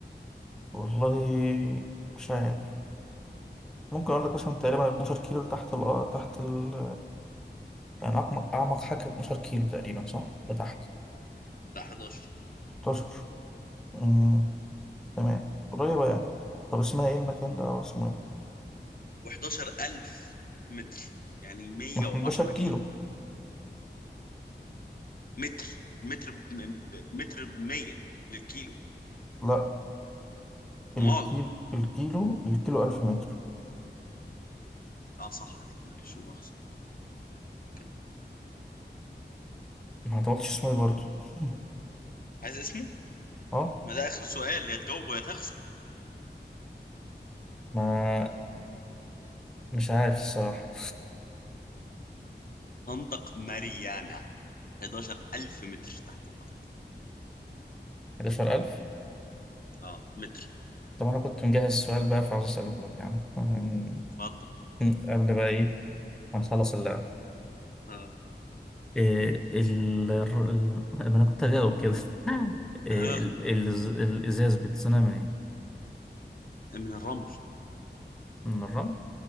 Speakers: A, in the centre; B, on the left.
A: والله مش عارف ممكن اقول لك مثلا تقريبا 12 كيلو لتحت ال آه، تحت ال يعني اعمق اعمق حاجه 12 كيلو تقريبا صح لتحت
B: ده 11
A: 11 امم تمام قريبه يعني طب اسمها ايه المكان ده او اسمه ايه
B: و11000 متر يعني 110
A: ما احنا 11
B: كيلو
A: كيلو
B: متر المتر ب... ب- المتر ب 100 للكيلو
A: لا
B: مال
A: الكيلو الكيلو الكيلو 1000 متر
B: اه صح عليك معلش لا مؤاخذة كمل
A: ما انت ما قلتش اسمه ايه برضه <laughs>
B: عايز اسمه؟
A: اه
B: ما ده آخر سؤال يا تجاوبه يا تخسر
A: ما مش عارف الصراحه
B: خندق ماريانا 11000 متر تحت الأرض
A: <laughs> 11000
B: اه متر
A: طب انا كنت مجهز السؤال بقى فعاوز اساله لك يا عم عشان-
B: اتفضل
A: <laughs> قبل بقى ايه ما نخلص اللعب
B: اه
A: إيه ال... الر- ال... ما انا كنت هجاوب كده <laughs> إيه
B: اه
A: ال... ال... الازاز بيتصنع من ايه
B: من الرمل
A: من الرمل